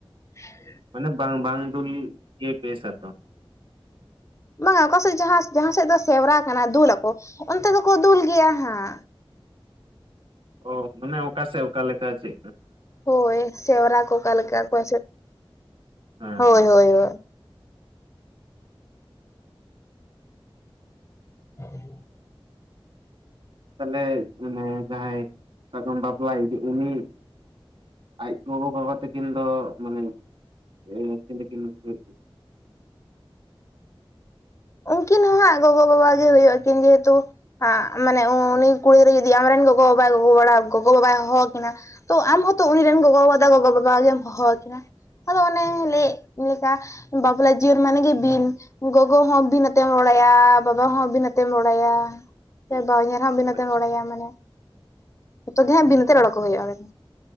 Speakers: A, on the left; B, on the right.
A: <unintelligible>
B: ᱢᱟᱱᱮ ᱵᱟᱝ ᱵᱟᱝ ᱫᱩᱞ ᱜᱮ ᱵᱮᱥ-ᱟ ᱛᱚ
A: ᱵᱟᱝᱟ ᱚᱠᱟ ᱥᱮᱫ ᱡᱟᱦᱟᱸ ᱡᱟᱦᱟᱸ ᱥᱮᱫ ᱫᱚ ᱥᱮᱣᱨᱟ ᱠᱟᱱᱟ ᱫᱩᱞ ᱟᱠᱚ ᱚᱱᱛᱮ ᱫᱚᱠᱚ ᱫᱩᱞ ᱜᱮᱭᱟ ᱦᱟᱸᱜ
B: ᱚ ᱢᱟᱱᱮ ᱚᱠᱟ ᱥᱮᱫ ᱚᱠᱟ ᱞᱮᱠᱟ ᱪᱮ
A: ᱦᱳᱭ ᱥᱮᱨᱣᱟ ᱠᱚ ᱚᱠᱟ ᱞᱮᱠᱟ ᱚᱠᱟ ᱥᱮᱫ
B: ᱦᱮᱸ
A: ᱦᱳᱭ
B: ᱦᱮᱸ
A: ᱦᱳᱭ ᱦᱳᱭ <inaudible>
B: ᱛᱟᱦᱞᱮ ᱢᱟᱱᱮ ᱡᱟᱦᱟᱸᱭ ᱥᱟᱹᱜᱩᱱ ᱵᱟᱯᱞᱟ ᱤᱫᱤ ᱩᱱᱤ ᱟᱡ ᱜᱚᱜᱚ-ᱵᱟᱵᱟ ᱛᱟᱹᱠᱤᱱ ᱫᱚ ᱢᱟᱱᱮ ᱮ ᱪᱤᱞᱤ <unintelligible>
A: ᱩᱱᱠᱤᱱ ᱦᱚᱸ ᱦᱟᱸᱜ ᱜᱚᱜᱚᱼᱵᱟᱵᱟ ᱜᱮ ᱦᱩᱭᱩᱜᱼᱟᱠᱤᱱ ᱡᱮ ᱦᱩᱛᱩ ᱟᱸᱜ ᱢᱟᱱᱮ ᱩᱱᱤ ᱠᱩᱲᱤ <unintelligible> ᱡᱩᱫᱤ ᱟᱢᱨᱮᱱ ᱜᱚᱜᱚᱼᱵᱟᱵᱟᱭ ᱦᱚᱦᱚ ᱵᱟᱲᱟ ᱜᱚᱜᱚ ᱵᱟᱵᱟᱭ ᱦᱚᱦᱚ ᱟᱠᱤᱱᱟ ᱛᱚ ᱟᱢᱦᱚᱛᱚ ᱩᱱᱤ ᱨᱮᱱ ᱜᱚᱜᱚ ᱵᱟᱵᱟ ᱫᱚ ᱜᱚᱜᱚ ᱵᱟᱵᱟ ᱜᱮᱢ ᱦᱚᱦᱚᱣᱟᱠᱤᱱᱟ ᱟᱫᱚ ᱚᱱᱮ ᱞᱟᱹᱭ ᱞᱮᱠᱟ ᱵᱟᱯᱞᱟ ᱡᱤᱭᱚᱱ ᱢᱟᱱᱮ ᱜᱮ ᱵᱤᱱ ᱜᱚᱜᱚ ᱦᱚᱸ ᱵᱤᱱ ᱟᱛᱮᱢ ᱨᱚᱲᱟᱭᱟ ᱵᱟᱵᱟ ᱦᱚᱸ ᱵᱤᱱ ᱟᱛᱮᱢ ᱨᱚᱲᱟᱭᱟ ᱥᱮ ᱵᱟ ᱦᱚᱧᱟᱨ <unintelligible> ᱵᱤᱱ ᱟᱛᱮᱢ
B: ᱟᱪᱪᱷᱟ
A: ᱨᱚᱲᱟᱭᱟ ᱢᱟᱱᱮ ᱡᱚᱛᱚ ᱜᱮ ᱦᱟᱸᱜ ᱵᱤᱱ ᱟᱛᱮᱫ ᱨᱚᱲᱚ ᱦᱩᱭᱩᱜᱼᱟ ᱟᱵᱮᱱ